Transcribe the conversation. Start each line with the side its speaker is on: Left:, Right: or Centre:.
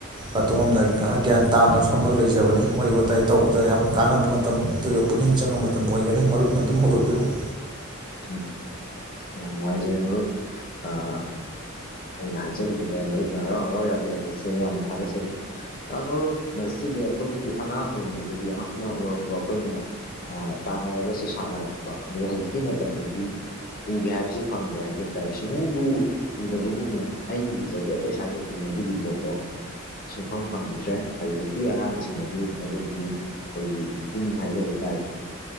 Right: ꯑꯗꯣꯝꯅ ꯉꯥꯏꯍꯥꯛ ꯒ꯭ꯌꯥꯟ ꯇꯥꯅ ꯐꯝꯃꯒ ꯂꯩꯖꯕꯅꯤ ꯋꯥꯔꯤ ꯋꯥꯇꯥꯏ ꯇꯧꯕꯗ ꯌꯥꯝꯅ ꯀꯥꯟꯅꯕ ꯃꯇꯝꯗꯨꯒ ꯄꯨꯛꯅꯤꯡ ꯆꯪꯉꯕ ꯃꯇꯝ ꯑꯣꯏꯒꯅꯤ ꯃꯔꯨꯞꯅ ꯑꯗꯨꯝ ꯍꯧꯗꯣꯛꯄꯤꯔꯛꯎ
Left: ꯎꯝ ꯌꯥꯝ ꯅꯨꯡꯉꯥꯏꯖꯔꯦ ꯃꯔꯨꯞ ꯑꯥ ꯑꯩꯅ ꯍꯥꯏꯖꯔꯨꯕꯗ ꯃꯔꯨꯞꯅ ꯍꯔꯥꯎ ꯍꯔꯥꯎ ꯌꯥꯕꯤꯔꯛꯄꯁꯦ ꯌꯥꯝꯅ ꯊꯥꯒꯠꯆꯩ ꯃꯔꯨꯞ ꯑꯁꯤꯗꯤ ꯑꯩꯈꯣꯏꯒꯤ ꯑꯉꯥꯡ ꯑꯣꯏꯔꯤꯉꯩꯗꯗꯤ ꯌꯥꯝꯅ ꯎꯔꯛꯄ ꯑꯩꯈꯣꯏꯅ ꯑꯥ ꯇꯥꯟꯅꯔꯒꯁꯨ ꯁꯥꯟꯅꯔꯛꯄ ꯑꯗꯨꯒ ꯍꯧꯖꯤꯛꯀꯤ ꯃꯇꯝꯗꯗꯤ ꯎꯒꯦ ꯍꯥꯏꯕꯁꯤ ꯐꯪꯗꯦ ꯍꯥꯏꯖꯕ ꯇꯥꯔꯦ ꯁꯨꯎꯕꯨ ꯎꯗꯕꯒꯨꯝꯅꯦ ꯑꯩꯗꯤ ꯎꯖꯗꯦ ꯑꯩꯈꯣꯏ ꯁ꯭ꯋꯥꯏꯗꯗꯤ ꯃꯗꯨꯒꯤ ꯄꯣꯠꯇꯣ ꯁꯨꯡꯐꯪ ꯐꯪꯈꯤꯗ꯭ꯔꯦ ꯍꯧꯖꯤꯛꯀꯤ ꯑꯉꯥꯡꯁꯤꯡꯅꯗꯤ ꯃꯗꯨꯒꯤ ꯑꯈꯣꯏꯒꯤ ꯇꯤꯟ ꯍꯥꯏꯖꯕ ꯇꯥꯔꯦ